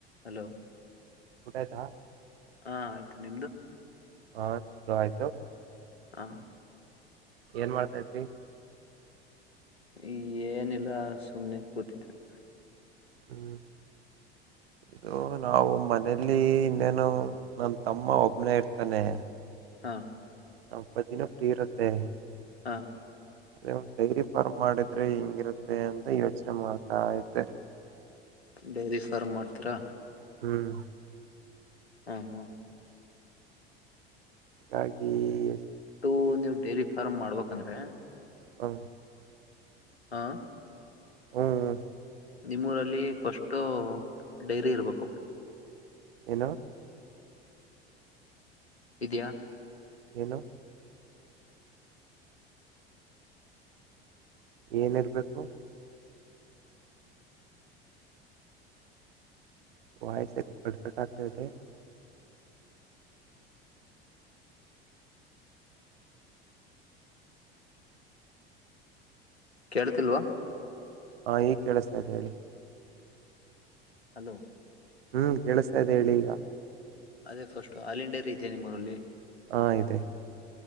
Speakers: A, on the left; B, on the right.
A: Hello
B: ಊಟ ಆಯ್ತಾ?
A: ಹಾ ಆಯ್ತು. ನಿಮ್ದು?
B: ಹ ನಮ್ದು ಆಯ್ತು
A: ಹಾ.
B: ಏನ್ ಮಾಡ್ತಾ ಇದ್ರಿ?
A: ಈ ಏನಿಲ್ಲ ಸುಮ್ನೆ ಕೂತಿದ್ವಿ. <inaudible>
B: ಹ್ಮ್ ಇದು ನಾವು ಮನೇಲಿ ಇನ್ನೇನು ನನ್ ತಮ್ಮ ಒಬ್ಬನೇ ಇರ್ತಾನೆ.
A: ಹಾ.
B: ನಾಪ್ಪತ್ತು ದಿನ ಫ್ರೀ ಇರತ್ತೆ.
A: ಹಾ.
B: ಅದೇ ಒಂದ್ ಡೈರೀ ಫಾರ್ಮ್ ಮಾಡಿದ್ರೆ ಹೆಂಗಿರುತ್ತೆ ಅಂತ ಯೋಚನೆ ಮಾಡ್ತಾ ಇದ್ದೆ.
A: ಡೈರಿ ಫಾರ್ಮ್ ಮಾಡ್ತೀರಾ.
B: ಹ್ಮ್.
A: ಹ್ಮ ಹ್ಮ.
B: ಹಾಗಾಗಿ
A: ಟು
B: ಎಷ್ಟು
A: ನೀವ್ ಡೇರಿ ಫಾರ್ಮ್ ಮಾಡ್ಬೇಕಂದ್ರೆ.
B: ಹಾ.
A: ಹಾ.
B: ಹ್ಮ್
A: ನಿಮ್ಮೂರಲ್ಲಿ ಫಸ್ಟ್ ಡೈರಿ ಇರ್ಬೇಕು
B: ಏನು
A: ಇದ್ಯಾಾ
B: ಏನೊ ಏನಿರ್ಬೇಕು? ವಾಯಸ ಕಟ್ಕಟ್ ಆಾಗತದೆ
A: ಕೇಳ್ತಿಲ್ವಾ?
B: ಹಾ ಈಗ ಕೇಳ್ತಾ ಇದ್ದದೆ ಹೇಳಿ.
A: ಹಲೋ
B: ಹ್ಮ್ ಕೇಳಿಸ್ತಾ ಇದೆ ಹೇಳಿ ಈಗ
A: ಅದೇ ಫಸ್ಟಟ್ ಹಾಲಿಂಡರಿ ಇದೆ ನಿಮ್ಮೂರಲ್ಲಿ?
B: ಹಾ ಇದೆ